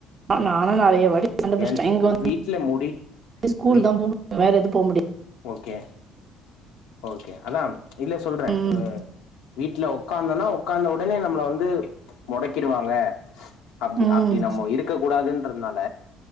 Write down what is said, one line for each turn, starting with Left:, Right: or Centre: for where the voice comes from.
Right: நானும் நெறைய வாட்டி சண்ட பிடிச்சிட்டேன்
Left: என்
Right: இங்க வந்து
Left: வீட்டுல முடி
Right: ஸ்கூல்
Left: வி
Right: தான் போ முடியும் வேற எதுவும் போ முடியாது
Left: ஓகே ஓகே. அதாம் இல்ல சொல்றே
Right: ம்
Left: வ வீட் வீட்ல உக்காந்தனா உக்காந்த ஒடனே நம்மள வந்து மெடக்கிடுவாங்க அப்டி
Right: ம்
Left: அப்டி நம்ம இருக்க கூடாதுன்னு இதுனால